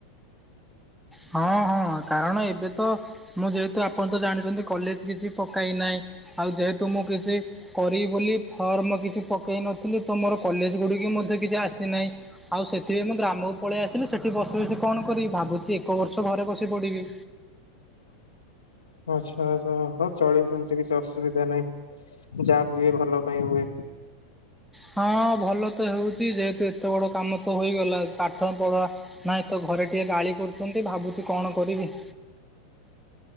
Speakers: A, in the centre; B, on the left.
A: ହଁ ହଁ କାରଣ ଏବେ ତ ମୁଁ ଯେହେତୁ ଆପଣ ତ ଜାଣିଛନ୍ତି କଲେଜ କିଛି ପକାଇନାହିଁ ଆଉ ଯେହେତୁ ମୁଁ କିଛି କରିିବି ବୋଲି ଫର୍ମ କିଛି ପକାଇ ନ ମୁଁ ତମର କଲେଜ ଗୁଡ଼ିକୁ ମଧ୍ୟ କିଛି ଆସିନାହିଁ ଆଉ ସେଥିପାଇଁ ମୁଁ ଗ୍ରାମ ପଳେଇ ଆସିଲେ ସେଇଠି ବସି ବସି କଣ କରିବି ଭାବୁଛି ଏକ ବର୍ଷ ଘରେ ବସି ପଡ଼ିବି।
B: ଆଛା ଆଛା ହଁ ଚଳିବ ସେମିତି କିଛି ଅସୁବିଧା ନାହିଁ। ଯାହା ହୁଏ ଭଲ ପାଇଁ ହୁଏ।
A: ହଁ ଭଲ ତ ହେଉଛି ଯେହେତୁ ଏତେ ବଡ଼ କାମ ତ ହୋଇଗଲା ପାଠ ପଢ଼ା ନାଇଁ ତ ଘରେ ଟିକେ ଗାଳି କରୁଛନ୍ତି ଭାବୁଛିୁ କଣ କରିବି?